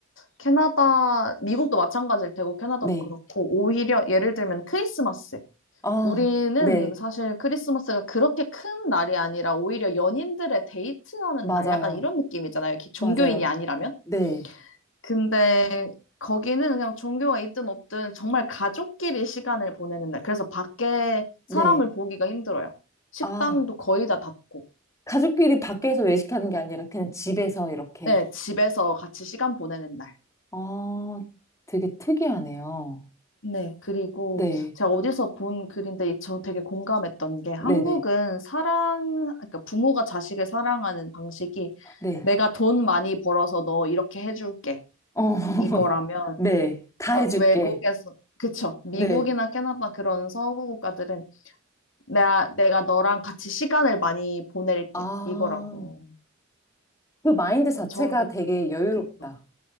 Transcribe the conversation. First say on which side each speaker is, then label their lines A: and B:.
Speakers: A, on the left; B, on the left.
A: 캐나다, 미국도 마찬가지일 테고, 캐나다도
B: 네.
A: 그렇고, 오히려 예를 들면 크리스마스.
B: 아,
A: 우리는
B: 네.
A: 사실 크리스마스가 그렇게 큰 날이 아니라 오히려 연인들의 데이트하는
B: 맞아요.
A: 날, 약간 이런 느낌이잖아요. 이렇게 종교인이
B: 맞아요.
A: 아니라면.
B: 네.
A: 근데 거기는 그냥 종교가 있든 없든 정말 가족끼리 시간을 보내는 날. 그래서 밖에
B: 네.
A: 사람을 보기가 힘들어요. 식당도
B: 아,
A: 거의 다 닫고,
B: 가족끼리 밖에서 외식하는 게 아니라 그냥 집에서 이렇게.
A: 네, 집에서 같이 시간 보내는 날.
B: 아 되게 특이하네요.
A: 네, 그리고
B: 네,
A: 제가 어디서 본 글인데 저 되게 공감했던 게 한국은
B: 네네, 네.
A: 사랑, 그러니까 부모가 자식을 사랑하는 방식이
B: 네.
A: 내가 돈 많이 벌어서 너 이렇게 해줄게.
B: 어, <laughs>
A: 이거라면
B: 네, 다
A: 그러니까
B: 해줄게.
A: 외국에서, 그쵸. 미국이나
B: 네.
A: 캐나다 그런 서구 국가들은 내가, 내가 너랑 같이 시간을 많이 보낼게.
B: 아,
A: 이거라고.
B: 그 마인드 자체가
A: 저는
B: 되게 여유롭다.
A: 그, 그쵸.